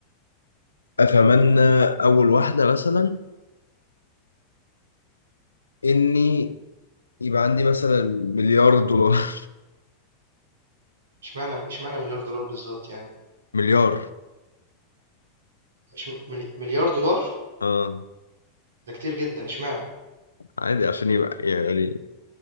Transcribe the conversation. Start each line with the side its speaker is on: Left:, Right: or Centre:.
Left: أتمنى أول واحدة مثلا إني يبقى عندي مثلا مليار دولار
Right: اشمعنى اشمعنى مليار دولار بالظبط يعني
Left: <laughs> مليار
Right: إشم... ملي- مليار دولار
Left: اه
Right: ده كتير جدا اشمعنى
Left: عادي عشان يبقى يعني